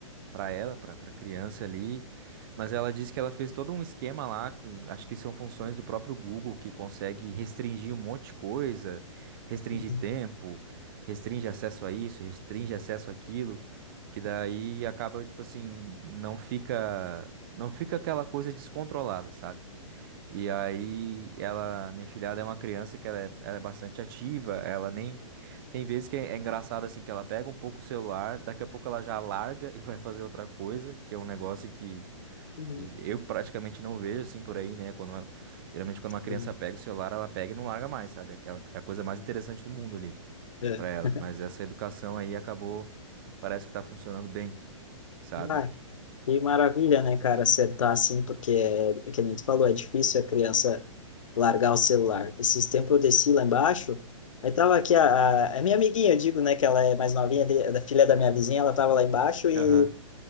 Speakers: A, on the right; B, on the left.
A: para ela, para para criança ali, mas ela disse que ela fez todo um esquema lá, com- acho que são funções do próprio Google que consegue restringir um monte de coisa, restringe
B: uhum,
A: tempo, restringe acesso a isso, restringe acesso àquilo, que daí acaba tipo assim, não fica não fica aquela coisa descontrolada, sabe? E aí ela, minha filhada é uma criança que ela é, ela é bastante ativa, ela nem tem vezes que é, é engraçado assim que ela pega um pouco o celular, daqui a pouco ela já larga e <laughs> vai fazer outra coisa, que é um negócio que
B: uhum,
A: a gen- eu praticamente não vejo assim por aí, né? Quando uma- geralmente quando uma criança
B: uhum.
A: pega o celular, ela pega e não larga mais, sabe? Aquela é a coisa mais interessante do mundo ali
B: É,
A: para elas,
B: é.
A: mas essa educação aí acabou, parece que tá funcionando bem, sabe?
B: Ah, Que maravilha, né, cara, acertar assim, porque é, é que nem tu falou, é difícil a criança largar o celular. Esses tempos eu desci lá embaixo, aí tava aqui a, a, a minha amiguinha, eu digo, né, que ela é mais novinha, de- da filha da minha vizinha, ela tava lá embaixo e
A: Aham.